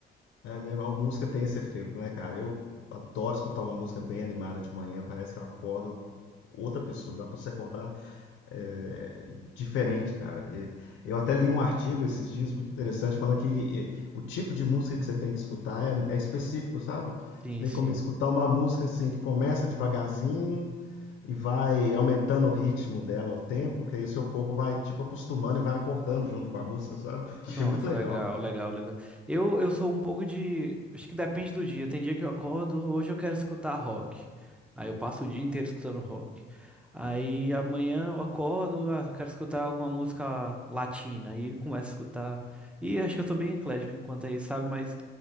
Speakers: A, on the left (about 75°); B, in the centre.
A: É mesmo, a música tem esse efeito, né, cara? Eu adoro escutar uma música bem animada de manhã. Parece que eu acordo outra pessoa. Dá pra você acordar é, diferente, cara. E eu até li um artigo esses dias muito interessante falando que eh, o tipo de música que você tem que escutar é, é específico, sabe?
B: Sim,
A: Você tem
B: sim.
A: que come- escutar uma música assim que começa devagarzinho e vai aumentando o ritmo dela ao tempo, que aí o seu corpo vai tipo acostumando e vai acordando junto com a música, sabe?
B: Nossa,
A: Achei muito legal.
B: legal, legal, legal. Eu, eu sou um pouco de. Acho que depende do dia. Tem dia que eu acordo, hoje eu quero escutar rock. Aí eu passo o dia inteiro escutando rock. Aí amanhã eu acordo, ah, eu quero escutar alguma música latina. Aí começo a escutar. E acho que eu sou bem eclético enquanto aí, sabe? Mas